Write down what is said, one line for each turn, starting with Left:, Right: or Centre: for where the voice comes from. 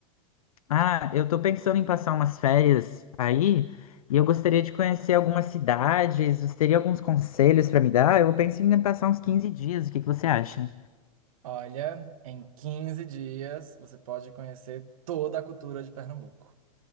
Left: Ah, eu tô pensando em passar umas férias aí e eu gostaria de conhecer algumas cidades. Você teria alguns conselhos para me dar? Eu penso em passar uns 15 dias. O que que você acha?
Right: Olha, em 15 dias você pode conhecer toda a cultura de Pernambuco.